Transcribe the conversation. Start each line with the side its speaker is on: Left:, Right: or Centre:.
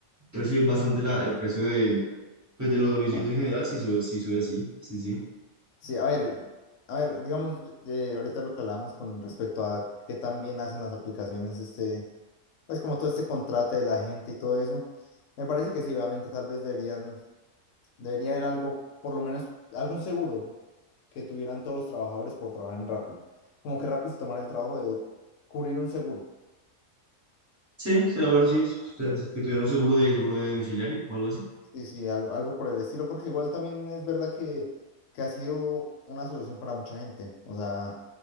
Right: puede subir bastante la, el precio de, pues, de los domicilios en general, si sube, si sube así, sí, sí.
Left: Sí, a ver, a ver, digamos, eh, ahorita lo que hablábamos con respecto a qué tan bien hacen las aplicaciones, este, pues como todo este contrato de la gente y todo eso. Me parece que sí, obviamente tal vez deberían Debería haber algo, por lo menos algún seguro que tuvieran todos los trabajadores por trabajar en Rappi. Como que Rappi se tomara el trabajo de cubrir un seguro.
Right: Sí, sería bueno, sí, ustedes que tuvieran un seguro de seguro de domiciliario o algo así.
Left: Sí, sí, algo algo, por el estilo, porque igual también es verdad que, que ha sido una solución para mucha gente. O sea,